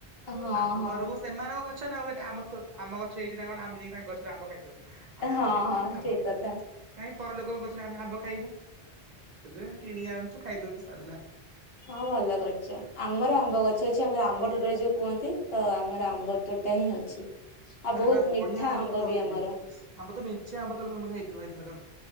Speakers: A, on the right; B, on the left.
A: ଆଉ
B: ହଁ
A: ତାଙ୍କ
B: ହଁ।
A: ଘରକୁ ସେମାନଙ୍କ ଗଛ ନାଉ। ଏଟା ଆମ ଥୋ ଆମ ଗଛ ହେଇଛି ନା କଣ, ଆମେ ତାଙ୍କ ଗଛରେ ଆମ୍ବ ଖାଇଦବୁ। ଆମ
B: ହଁ
A: ଗଛ ହେଇଥିଲା
B: ହଁ
A: ଆମେ ଆମ୍ବ
B: ଠିକ
A: ଖାଇଥି
B: କଥା।
A: କାହିଁ ପରଲୋକଙ୍କୁ ଗଛରୁ ଆମେ ଆମ୍ବ ଖାଇମୁ? ତେବେ କିଣିକି ଆଣୁଛୁ, ଖାଇଦଉଛୁ ସରଲା।
B: ହଁ, ଭଲ କରିଛ। ଆମର ଆମ୍ବ ଗଛ ଅଛି। ଆମର ଆମ୍ବ ତୁଟର ଯୋଉ କୁହନ୍ତି, ତ ଆମର ଆମ୍ବ ତୁ ଏଇଟା ହିଁ ଅଛି, ଆଉ
A: ଆରେ
B: ବହୁତ
A: ବା ବଢିଆ
B: ମିଠା ଆମ୍ବ
A: ତ ଖାଉଥିବେ
B: ବି ଆମର।
A: ଆମ୍ବ ତ ମେଞ୍ଚେ ଆମ୍ବ, ତାଏଲେ ତମେ ଖାଇଥିବ ଏଥରକ!